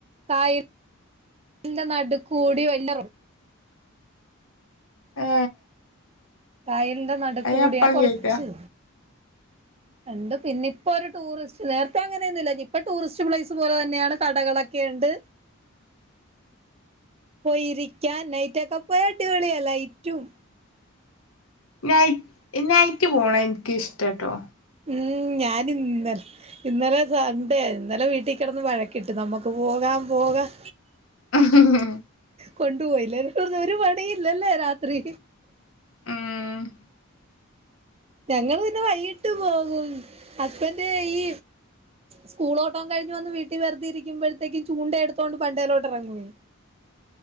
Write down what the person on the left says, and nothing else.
ഏ
അത് അപ്പം
കേക്ക <inaudible>
<inaudible>
നൈ നൈറ്റ് പോണം ൻക്ക് ഇഷ്ട ട്ടോ.
ഹ്ംഹ്ംഹ്ം
മ്ം.